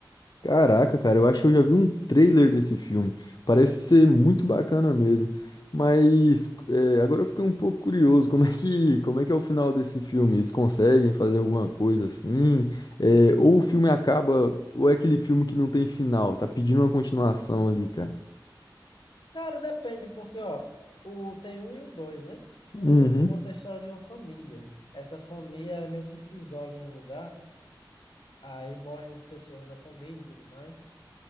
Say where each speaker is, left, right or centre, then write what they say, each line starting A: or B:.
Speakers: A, on the left; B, on the left.
A: Caraca, cara, eu acho que eu já vi um trailer desse filme. Parece ser muito bacana mesmo. Mas é, agora eu fiquei um pouco curioso, como é que, como é que é o final desse filme? Eles conseguem fazer alguma coisa assim? É, ou o filme acaba, ou é aquele filme que não tem final, tá pedindo uma continuação ali, cara.
B: Cara, depende, porque, ó, o, tem um e o dois, né?
A: Uhum.
B: O um conta a história de uma família. Essa família ela meio que se isola em um lugar Aí morrem umas pessoas da família e tudo mais.